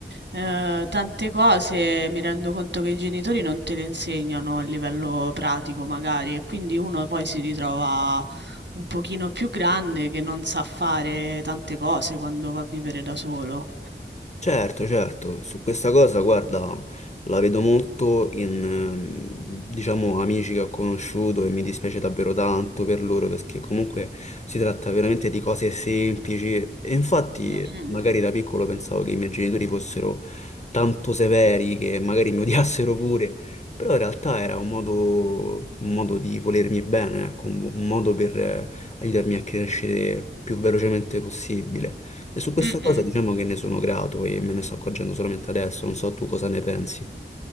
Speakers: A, on the right; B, on the left.
A: eh, tante cose mi rendo conto che i genitori non te le insegnano a livello pratico, magari, e quindi uno poi si ritrova un pochino più grande che non sa fare tante cose quando va a vivere da solo.
B: Certo, certo, su questa cosa, guarda, la vedo molto in, ehm, diciamo, amici che ho conosciuto e mi dispiace davvero tanto per loro perché comunque si tratta veramente di cose semplici e infatti
A: Mm, mm, mm.
B: magari da piccolo pensavo che i miei genitori fossero tanto severi che magari mi odiassero pure, però in realtà era un modo, un modo di volermi bene, ecco, un un modo per eh, aiutarmi a crescere più velocemente possibile. E su questa
A: Mm,
B: cosa
A: mm.
B: diciamo che ne sono grato e me ne sto accorgendo solamente adesso, non so tu cosa ne pensi.